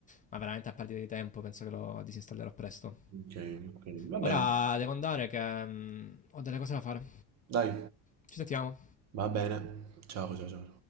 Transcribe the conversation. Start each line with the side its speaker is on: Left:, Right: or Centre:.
Left: ma veramente a partire di tempo penso che lo disinstallerò presto.
Right: ok, ok. Va bene.
Left: Ora devo andare che mm, ho delle cose da fare.
Right: Dai,
Left: Ci sentiamo.
Right: va bene. Ciao, ciao, ciao.